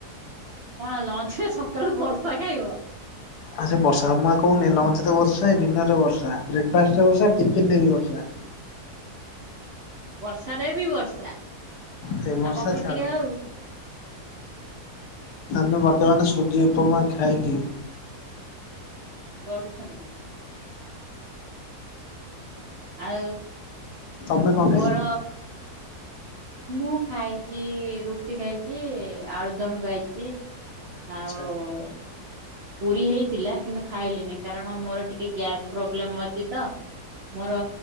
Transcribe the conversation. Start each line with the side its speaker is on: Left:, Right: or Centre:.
Right: କଣ ଲଞ୍ଚ୍ ରେ ସକାଳୁ ବର୍ଷା ଖାଇବ?
Left: ଆ ସେ ବର୍ଷା, ମୁଁ କହୁନି ଲଞ୍ଚ୍ ରେ ବର୍ଷା, ଡିନର୍ ରେ ବର୍ଷା, ବ୍ରେକ୍ ଫାଷ୍ଟରେ ବର୍ଷା, ଟିଫିନ୍ ରେ ବି ବର୍ ଯା
Right: ବର୍ଷାରେ ବି ବର୍ଷା,
Left: ସେ ବର୍ଷା
Right: ଆଉ ପକୁଡି
Left: ଛାଡୁନି
Right: ଟିକେ ହଉ?
Left: ଆମେ ବର୍ତ୍ତମାନ୍ ସୁଜି ଉପମା ଖାଇ କି
Right: ଗଡୁଛନ୍ତି। ଆଉ
Left: ତମେ କଣ
Right: ମୋର
Left: ଖାଇଚ?
Right: ମୁଁ ଖାଇଚି, ରୁଟି ଖାଇଚି, ଆଳୁଦମ୍ ଖାଇଚି। ଆଉ
Left: ଆଚ୍ଛା
Right: ପୁରୀ ହେଇଥିଲା କିନ୍ତୁ ଖାଇଲିନି, କାରଣ ମୋର ଟିକେ ଗ୍ୟାସ୍ ପ୍ରୋବ୍ଲେମ୍ ଅଛି ତ? ମୋର